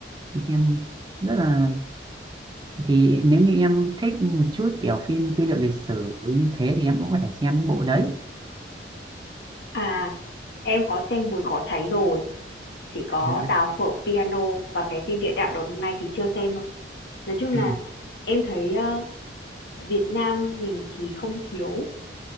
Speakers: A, on the right; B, on the left.
A: em rất là thì nếu như em thích một chút kiểu phim tư liệu lịch sử như thế thì em cũng có thể xem những bộ đấy
B: à, em có xem Mùi Cỏ Cháy rồi, chỉ có
A: À,
B: Đào Phở Piano và cái phim Địa đạo Đốt Ngày thì chưa xem đâu. Nói chung là
A: ừ.
B: em thấy, ơ, Việt Nam mình thì không thiếu,